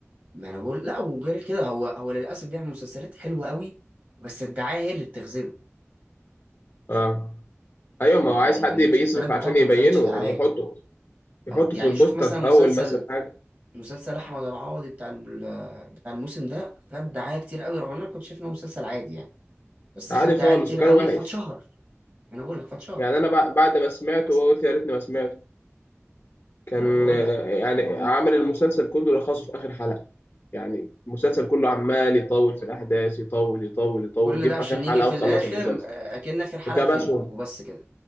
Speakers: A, on the right; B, on the left.
A: ما انا بقول لا وغير كده هو هو للاسف بيعمل مسلسلات حلوه قوي بس الدعايه هي اللي بتخذله
B: آه ايوه
A: يعني
B: ما
A: انت
B: هو عايز
A: يعني
B: حد
A: المسلسلات
B: يبقى يصرف
A: بتاعته
B: عشان يبينه
A: ما خدتش دعايه
B: يحطه يحطه
A: اه يعني
B: في البوستر
A: شوف مثلا
B: في
A: مسلسل
B: اول مثلا حاجه
A: مسلسل احمد العوضي بتاع ال- بتاع الموسم ده خد دعايه كتير قوي رغم ان انا كنت شايف انه مسلسل عادي يعني بس
B: عادي
A: خد دعايه
B: خالص
A: كتير
B: وكان
A: قوي
B: وحش
A: فاتشهر انا بقول لك فاتشهر
B: يعني انا بع- بعد ما سمعته
A: للأسف.
B: قلت يا ريتني ما سمعته كان
A: انا بقول
B: آه،
A: لك
B: يعني عامل المسلسل كله لخصه في اخر حلقه يعني المسلسل كله عمال يطول في الاحداث يطول يطول يطول
A: كل
B: جه
A: ده
B: في
A: عشان
B: اخر حلقه
A: يجي في
B: وخلص
A: الاخر
B: المسلسل
A: آه، اكن اخر حلقه
B: وكبسهم
A: فيلم وبس كده